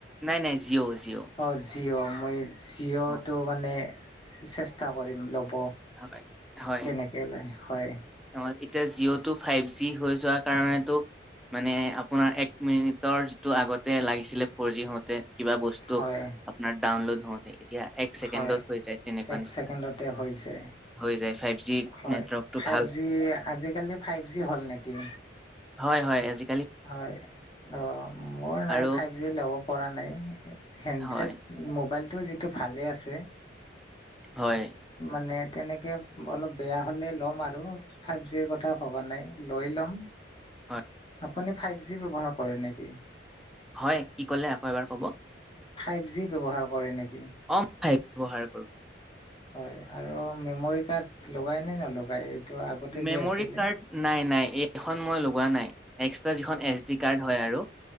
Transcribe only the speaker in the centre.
নাই, নাই, জিঅ' জিঅ'।
অ,
হয়, হয়,
অ' এতিয়া জিঅ'টো ফাইভ জি হৈ যোৱাৰ কাৰণেতো মানে আপোনাৰ এক মিনিটৰ যিটো আগতে লাগিছিলে ফৰজি হওঁতে কিবা বস্তু
আপোনাৰ ডাউনলোড হওঁতো এতিয়া এক ছেকেণ্ডত
হৈ যায় তেনেকুৱা
নিচিনা
হৈ যায়। ফাইভ জি
নেটৱৰ্কটো
ভাল।
হয়, হয় আজি
আৰু
হয়,
হয়।
হয়।
হয়, কি কলে আকৌ এবাৰ ক'ব?
অ' মই ফাইভ ব্যৱহাৰ কৰোঁ।
মেমৰি
কাৰ্ড নাই নাই। এইখন মই লগোৱা নাই, এক্সট্ৰা যিখন এছ ডি কাৰ্ড হয় আৰু।